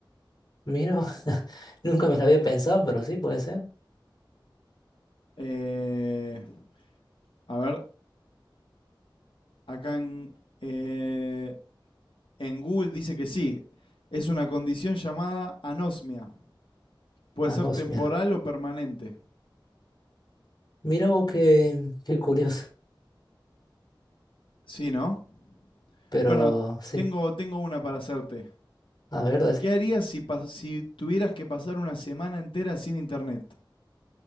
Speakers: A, on the left; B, on the left.
A: mira, <laughs> nunca me lo había pensado, pero sí puede ser,
B: Eh, a ver, acá en, eh, en Google dice que sí, es una condición llamada anosmia. Puede
A: anosmia.
B: ser temporal o permanente.
A: Mira vos qué, qué curioso,
B: Sí, ¿no?
A: pero
B: Bueno,
A: sí,
B: tengo, tengo una para hacerte.
A: a ver, dale.
B: ¿Qué harías si, pas- si tuvieras que pasar una semana entera sin internet?